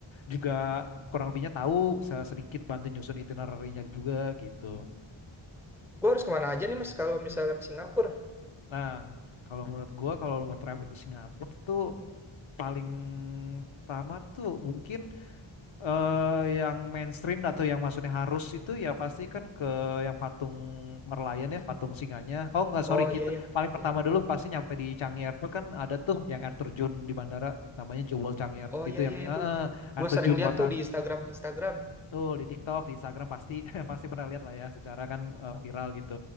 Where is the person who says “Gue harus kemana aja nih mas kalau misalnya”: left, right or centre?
Centre